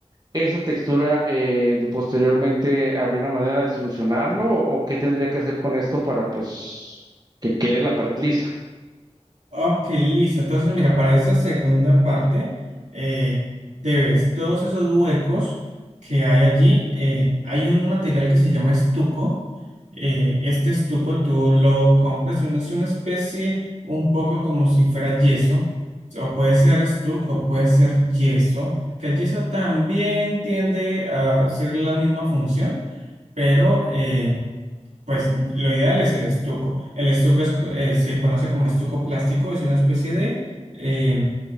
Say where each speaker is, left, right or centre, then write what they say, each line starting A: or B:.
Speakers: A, on the right; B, on the right.
A: ¿Esa textura eh, posteriormente habría una manera de solucionarlo o qué tendría que hacer con esto para pues que quede la pared lisa?
B: Ok, listo. Entonces, mira, para esta segunda parte, eh, debes todos esos huecos que hay allí. eh, hay un material que se llama estuco. eh, este estuco tú lo compras, un- es una especie un poco como si fuera yeso. O puede ser estuco, o puede ser yeso. Que el yeso también tiende a ser la misma función, pero... eh, pues lo ideal es el estuco. El estuco es, co- eh, se conoce como estuco plástico, es una especie de, eh,